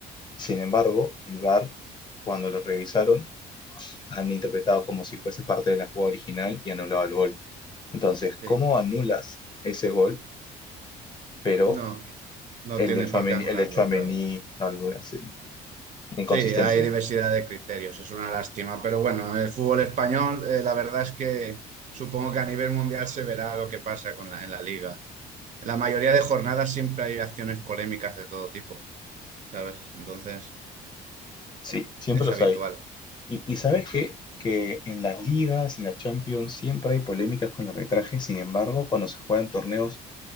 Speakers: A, on the left; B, on the right.
A: Sin embargo, el VAR, cuando lo revisaron, han interpretado como si fuese parte de la jugada original y anulado el gol. Entonces,
B: sí.
A: ¿cómo anulas ese gol, pero
B: No, no
A: el
B: tiene
A: de Tchouaméni,
B: por qué anularlo,
A: el de Tchouaméni,
B: claro.
A: no, algo así, inconsistencia?
B: Sí, hay diversidad de criterios, es una lástima, pero bueno, el fútbol español, eh, la verdad es que supongo que a nivel mundial se verá lo que pasa con la, en la liga. En la mayoría de jornadas siempre hay acciones polémicas de todo tipo, ¿sabes? Entonces,
A: Sí, siempre
B: es
A: los
B: habitual.
A: hay. Y, y ¿sabes qué? Que en las ligas, en la Champions, siempre hay polémicas con el arbitraje. Sin embargo, cuando se juegan torneos,